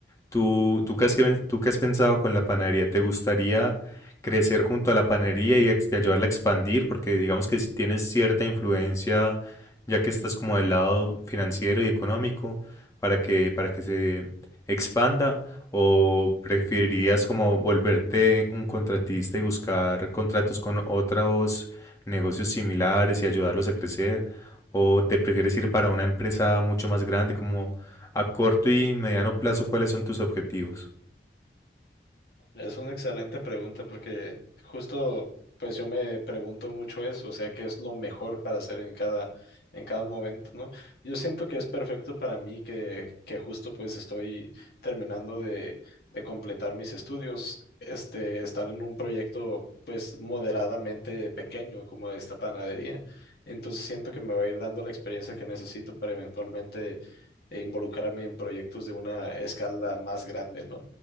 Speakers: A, on the left; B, on the left.
A: ¿Tú, tú qué has, cre- tú qué has pensado con la panadería? ¿Te gustaría crecer junto a la panadería y, ex- y ayudarla a expandir? Porque digamos que si tienes cierta influencia, ya que estás como del lado financiero y económico, para que, para que se expanda, ¿o preferirías como volverte un contratista y buscar contratos con otros negocios similares y ayudarlos a crecer? ¿O te prefieres ir para una empresa mucho más grande como... A corto y mediano plazo, ¿cuáles son tus objetivos?
B: Es una excelente pregunta porque justo pues yo me pregunto mucho eso, o sea, qué es lo mejor para hacer en cada en cada momento, ¿no? Yo siento que es perfecto para mí que que justo pues estoy terminando de de completar mis estudios, este estar en un proyecto pues moderadamente pequeño como esta panadería. Entonces siento que me va a ir dando la experiencia que necesito para eventualmente eh, involucrarme en proyectos de una escala más grande, ¿no?